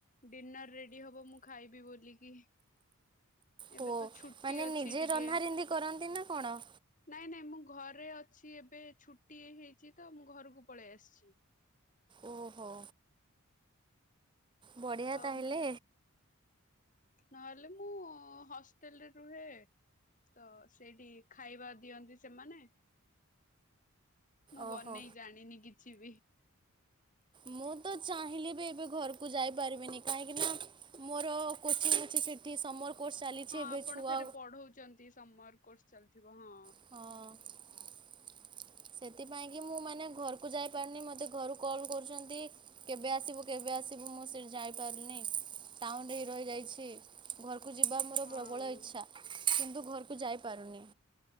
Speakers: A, on the left (about 35°); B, on the right (about 20°).
A: ଡିନର ରେଡି ହବ ମୁଁ ଖାଇବି ବୋଲିକି। ଏବେ
B: ହୋ
A: ତ ଛୁଟି
B: ମାନେ
A: ଅଛି
B: ନିଜେ
A: ଟିକେ।
B: ରନ୍ଧା ରନ୍ଧି କରନ୍ତି ନା କଣ?
A: ନାଇଁ ନାଇଁ ମୁଁ ଘରେ ଅଛି ଏବେ ଛୁଟି ହେଇଛି ତ ମୁଁ ଘରକୁ ପଳେଇ ଆସିଛି।
B: ଓହୋ। ବଢ଼ିଆ
A: ତ
B: ତାହେଲେ।
A: ମୁଁ ନହେଲେ ମୁଁ ହଁ ହୋଟେଲରେ ରୁହେ ତ ସେଇଠି ଖାଇବା ଦିଅନ୍ତି ସେମାନେ। ମୁଁ ବନେଇ
B: ଓହୋ
A: ଜାଣିନି କିଛି ବି।
B: ମୁଁ ତ ଚାହିଁଲି ବି ଏବେ ଘରକୁ ଯାଇପାରିବିନି କାହିଁକି ନା ମୋର କୋଚିଂ ଅଛି ସେ ଏଠି ସମର୍ କୋର୍ସ ଚାଲିଛି
A: ହଁ
B: ଏବେ
A: ଆପଣ
B: ଛୁଆ
A: ଫେରେ ପଢଉଛନ୍ତି ସମର କୋର୍ସ ଚାଲିଥିବ ହଁ।
B: ହଁ। ସେଥିପାଇଁକି ମୁଁ ମାନେ ଘରକୁ ଯାଇପାରୁନି ମୋତେ ଘରୁ କଲ୍ କରୁଛନ୍ତି। କେବେ ଆସିବୁ କେବେ ଆସିବୁ ମୁଁ ସେଇଠି ଯାଇପାରିନି ଟାଉନ୍ ରେ ହିଁ ରହିଯାଇଛି। ଘରକୁ ଯିବା ମୋର
A: ହଁ
B: ପ୍ରବଳ ଇଚ୍ଛା କିନ୍ତୁ ଘରକୁ ଯାଇପାରୁନି।